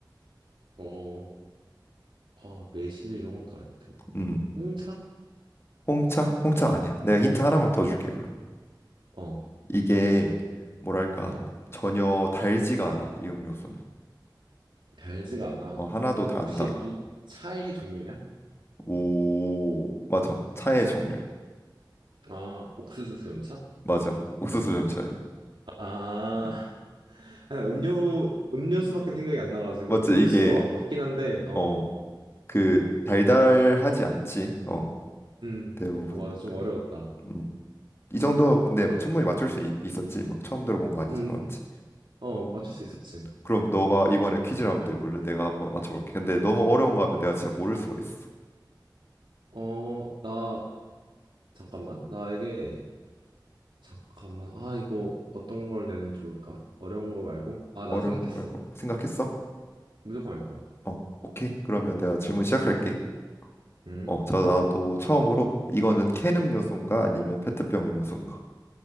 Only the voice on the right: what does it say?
어, 아, 매실 이런 것도 아닐 테고.
홍차?
어,
어.
달지가 않아.
혹시
무 차의 종류냐?
아, 옥수수 수염차?
아, <laughs>
아니, 음료 음료수밖에 생각이 안 나가지고
음료수
막 맞긴 한데 어,
음,
아, 맞아 좀
어려웠다.
아,
음,
어 맞출 수 있었지.
어, 나 잠깐만 나에게
잠깐만. 아, 이거 어떤 걸 내는 게 좋을까? 어려운 거 말고? 아, 나
생각했어.
무조건 알 거야.
음.